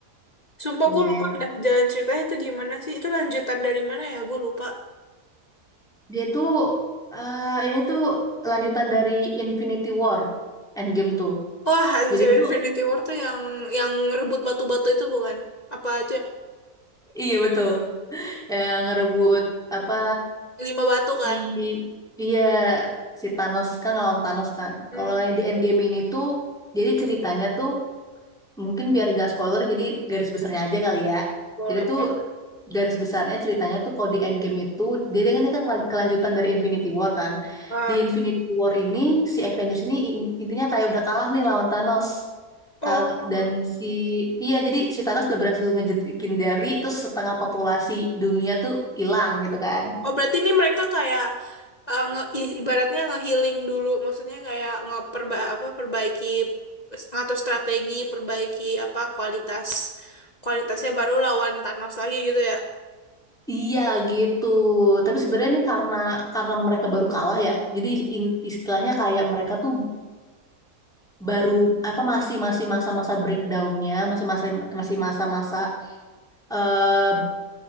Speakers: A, on the left; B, in the centre.
A: Sumpah
B: Iya.
A: gue lupa dah jalan ceritanya itu gimana sih? Itu lanjutan dari mana ya? Gue lupa.
B: Dia tuh, eh ini tuh lanjutan dari Infinity War. Endgame tuh.
A: Wah, anjir
B: Jadi tuh
A: Infinity War tuh yang yang rebut batu-batu itu bukan? Apa itu yang
B: Iya betul. Ya, ngerebut apa
A: lima batu
B: si
A: kan?
B: iya si Thanos kan ngelawan Thanos kan.
A: Hmm,
B: Kalau yang di Endgame ini tuh jadi ceritanya tuh mungkin biar nggak spoiler jadi garis besarnya aja kali ya.
A: boleh.
B: Jadi tuh garis besarnya ceritanya tuh kalau di Endgame itu dia dia ini kan kela- kelanjutan dari Infinity War kan.
A: Ah.
B: Di Infinity War ini si Avengers ini in- intinya kayak udah kalah nih lawan Thanos.
A: Oh,
B: Al- dan si iya jadi si Thanos udah berhasil ngejetikin dari terus setengah populasi dunia tuh hilang gitu kan.
A: Oh, berarti ini mereka kayak eh, nge i- ibaratnya nge-healing dulu, maksudnya kayak ngeperba apa perbaiki ngatur strategi, perbaiki apa kualitas kualitasnya baru lawan Thanos lagi gitu ya.
B: Iya gitu. Tapi sebenarnya ini karena karena mereka baru kalah ya. Jadi in- istilahnya kayak mereka tuh baru apa masih masih masa-masa breakdownnya masih masih masih masa-masa eh,